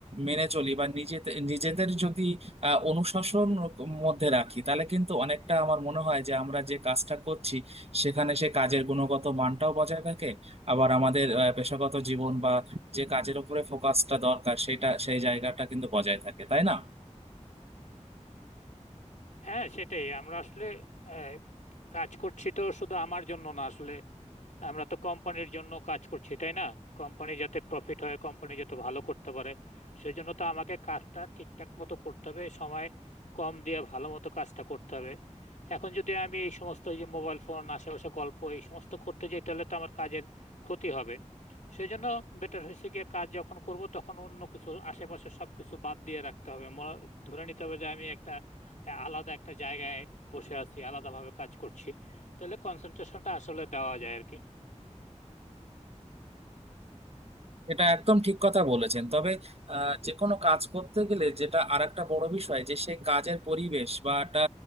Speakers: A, on the right; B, on the left.
A: মেনে চলি বা নিজেদের নিজেদের যদি আহ, অনুশাসন মধ্যে রাখি তাহলে কিন্তু অনেকটা আমার মনে হয় যে আমরা যে কাজটা করছি সেখানে সে কাজের গুণগত মানটাও বজায় থাকে আবার আমাদের আহ, পেশাগত জীবন বা যে কাজের উপরে ফোকাসটা দরকার সেটা সেই জায়গাটা কিন্তু বজায় থাকে তাই না
B: হ্যাঁ সেটাই আমরা আসলে আহ, কাজ করছি তো শুধু আমার জন্য না আসলে আমরা তো কোম্পানির জন্য কাজ করছি তাই না কোম্পানি যাতে প্রফিট হয় কোম্পানি যাতে ভালো করতে পারে সেজন্য তো আমাকে কাজটা ঠিকঠাক মতো করতে হবে সময় কম দিয়ে ভালো মতো কাজটা করতে হবে এখন যদি আমি এই সমস্ত এই যে মোবাইল ফোন আশেপাশে গল্প এই সমস্ত করতে যাই তাহলে তো আমার কাজের ক্ষতি হবে সেজন্য বেটার হয়েছে গিয়ে কাজ যখন করব তখন অন্য কিছু আশেপাশে সবকিছু বাদ দিয়ে রাখতে হবে মনে- ধরে নিতে হবে যে আমি একটা আলাদা একটা জায়গায় বসে আছি আলাদাভাবে কাজ করছি তাহলে কনসেন্ট্রেশনটা আসলে দেওয়া যায় আর কি
A: এটা একদম ঠিক কথা বলেছেন তবে আহ, যে কোনো কাজ করতে গেলে যেটা আরেকটা বড় বিষয় যে সেই কাজের পরিবেশ বা একটা